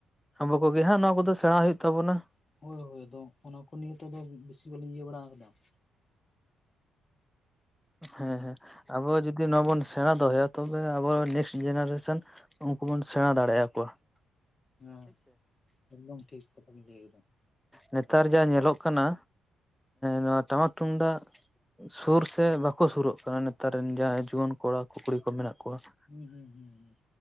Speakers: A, in the centre; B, on the left.
A: ᱟᱵᱚ ᱠᱚᱜᱮ ᱦᱟᱸᱜ ᱱᱚᱣᱟ ᱠᱚᱫᱚ ᱥᱮᱬᱟ ᱦᱩᱭᱩᱜ ᱛᱟᱵᱚᱱᱟ ᱾
B: ᱦᱚᱭ ᱦᱚᱭ ᱟᱫᱚ ᱚᱱᱟ ᱠᱚ ᱱᱤᱭᱮ ᱛᱮ ᱫᱚ ᱵᱮᱥᱤ ᱵᱟᱞᱤᱧ ᱤᱭᱟᱹ ᱵᱟᱲᱟ ᱟᱠᱟᱫᱟ ᱾
A: ᱦᱮᱸ ᱦᱮᱸ ᱟᱵᱚ ᱡᱩᱫᱤ ᱱᱚᱣᱟᱵᱚᱱ ᱥᱮᱬᱟ ᱫᱚᱦᱚᱭᱟ ᱛᱚᱵᱮ ᱟᱵᱚ ᱱᱮᱠᱥᱴ ᱡᱮᱱᱟᱨᱮᱥᱚᱱ ᱩᱱᱠᱩ ᱵᱚᱱ ᱥᱮᱬᱟ ᱫᱟᱲᱮᱭᱟ ᱟᱠᱚᱣᱟ ᱾
B: ᱦᱮᱸ ᱮᱠᱫᱚᱢ ᱴᱷᱤᱠ ᱠᱟᱛᱷᱟ ᱵᱤᱱ ᱞᱟᱹᱭ ᱟᱠᱟᱫᱟ ᱾
A: ᱱᱮᱛᱟᱨ ᱡᱟ ᱧᱮᱞᱚᱜ ᱠᱟᱱᱟ ᱱᱚᱣᱟ ᱴᱟᱢᱟᱠ ᱛᱩᱢᱫᱟᱜ ᱥᱩᱨ ᱥᱮ ᱵᱟᱠᱚ ᱥᱩᱨᱚᱜ ᱠᱟᱱᱟ ᱱᱮᱛᱟᱨ ᱨᱮᱱ ᱡᱟᱦᱟᱸᱭ ᱡᱩᱣᱟᱹᱱ ᱠᱚᱲᱟ ᱠᱩ ᱠᱩᱲᱤ ᱠᱚ ᱢᱮᱱᱟᱜ ᱠᱚᱣᱟ ᱾
B: ᱦᱩᱸ ᱦᱩᱸ ᱦᱩᱸ ᱦᱩᱸ